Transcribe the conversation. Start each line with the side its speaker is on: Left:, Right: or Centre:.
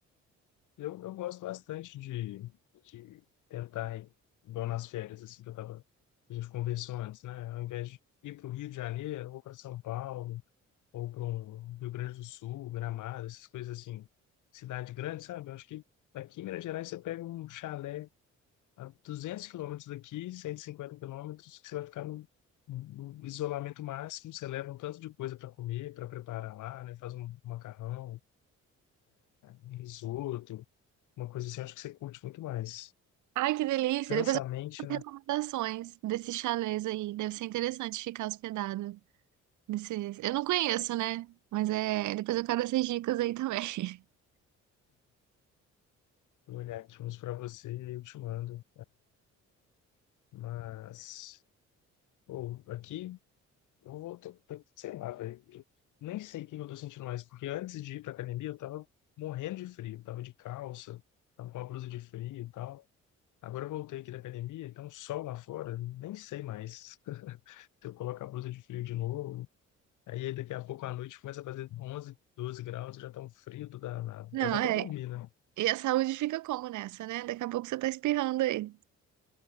Left: Eu, eu gosto bastante de, de tentar ir, igual nas férias, assim, que eu tava, a gente conversou antes, né? Ao invés de ir para o Rio de Janeiro, ou para São Paulo, ou para um Rio Grande do Sul, Gramado, essas coisas assim, cidade grande, sabe? Eu acho que aqui em Minas Gerais você pega um chalé a 200 quilômetros daqui, 150 quilômetros, que você vai ficar no, no isolamento máximo, você leva um tanto de coisa para comer, para preparar lá, né? Faz um macarrão, um risoto, uma coisa assim, eu acho que você curte muito mais.
Right: Ai, que delícia.
Left: Cansa
Right: Depois eu
Left: a
Right: vou
Left: mente, né?
Right: fazer as recomendações desses chalés aí. Deve ser interessante ficar hospedado. Desses... Eu não conheço, né? Mas é. Depois eu quero essas dicas aí também. <laughs>
Left: Eu Vou olhar aqui uns para você e eu te mando. Mas, ou aqui, eu vou, tô- tô- sei lá, velho. Eu nem sei o que que eu tô sentindo mais, porque antes de ir pra academia eu tava morrendo de frio, tava de calça, tava com uma blusa de frio e tal. Agora eu voltei aqui da academia, então um sol lá fora, nem sei mais. Se eu coloco a blusa de frio de novo, aí daqui a pouco à noite começa a fazer onze doze graus, já tá um frio do danado.
Right: Não,
Left: É bom
Right: é.
Left: pra dormir, né?
Right: E a saúde fica como nessa, né? Daqui a pouco você tá espirrando aí.